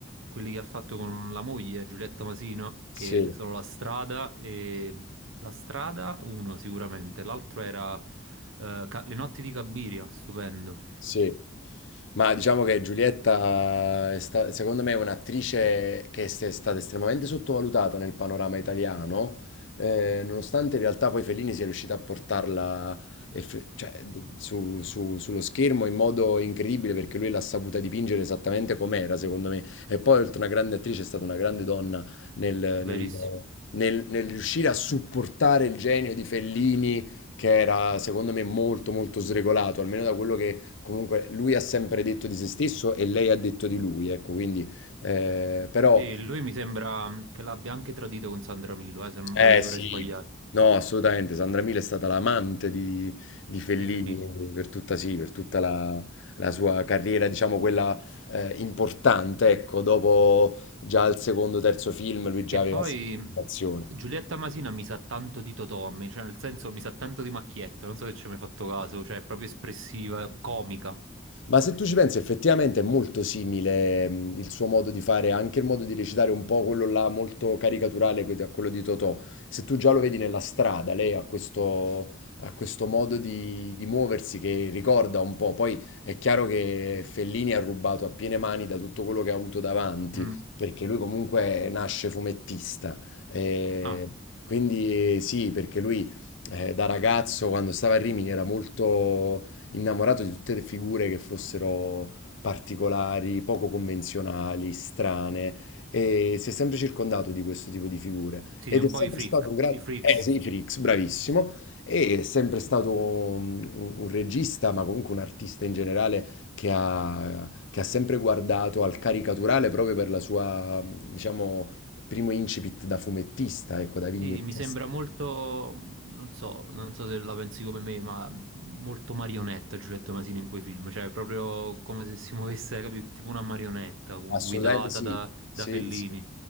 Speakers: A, on the right; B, on the left.
A: quelli che ha fatto con la moglie Giulietta Masino,
B: Sì.
A: che sono La Strada e La Strada uno sicuramente, l'altro era eh, Ca- Le notti di Cabiria, stupendo,
B: Sì, ma diciamo che Giulietta è sta- secondo me è un'attrice che è st- è stata estremamente sottovalutata nel panorama italiano, eh, nonostante in realtà poi Fellini sia riuscito a portarla eff- cioè, d- su- su- sullo schermo in modo incredibile perché lui l'ha saputa dipingere esattamente com'era, secondo me. E poi oltre a una grande attrice è stata una grande donna nel,
A: verissimo.
B: nel- nel- nel riuscire a supportare il genio di Fellini, che era secondo me molto molto sregolato, almeno da quello che Comunque lui ha sempre detto di se stesso e lei ha detto di lui, ecco, quindi eh, però
A: Sì, lui mi sembra che l'abbia anche tradito con Sandra Milo, eh, se non
B: eh
A: non mi
B: sì.
A: vorrei sbagliare,
B: No, assolutamente, Sandra Milo è stata l'amante di, di Fellini
A: di Fellini.
B: per tutta, sì, per tutta la, la sua carriera, diciamo quella eh, importante, ecco, dopo già al secondo, terzo film lui già
A: Che
B: aveva
A: poi
B: questa situazione.
A: Giulietta Masina mi sa tanto di Totò, a me, cioè nel senso mi sa tanto di Macchietta, non so se ci hai mai fatto caso, cioè è proprio espressiva, è comica.
B: Ma se tu ci pensi, effettivamente è molto simile, mh, il suo modo di fare, anche il modo di recitare un po' quello là molto caricaturale que- a quello di Totò. Se tu già lo vedi nella strada, lei ha questo, ha questo modo di, di muoversi che ricorda un po'. Poi è chiaro che Fellini ha rubato a piene mani da tutto quello che ha avuto davanti,
A: Mm.
B: perché lui comunque nasce fumettista. Eh,
A: Ah,
B: quindi eh, sì, perché lui eh, da ragazzo, quando stava a Rimini, era molto innamorato di tutte le figure che fossero particolari, poco convenzionali, strane. E si è sempre circondato di questo tipo di figure.
A: sì,
B: Ed
A: un
B: è sempre
A: po' i freak,
B: stato un grande...
A: i freaks
B: Eh sì, Frix, bravissimo. E è sempre stato un, un- un regista, ma comunque un artista in generale, che ha, che ha sempre guardato al caricaturale proprio per la sua, diciamo, primo incipit da fumettista, ecco, da vignettista.
A: Sì, mi sembra molto, mh, non so, non so se la pensi come me, ma mh, molto marionetta Giulietta Masini in quei film, cioè è proprio come se si muovesse, capito, tipo una marionetta gu-
B: Assolutamente
A: guidata
B: sì,
A: da,
B: sì,
A: da Fellini
B: sì.